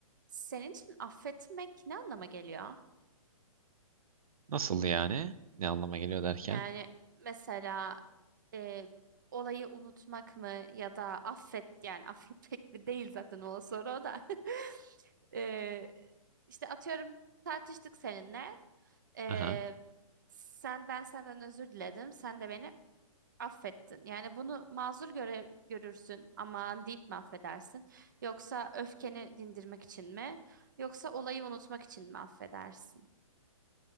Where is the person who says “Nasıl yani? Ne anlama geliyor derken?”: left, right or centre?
Right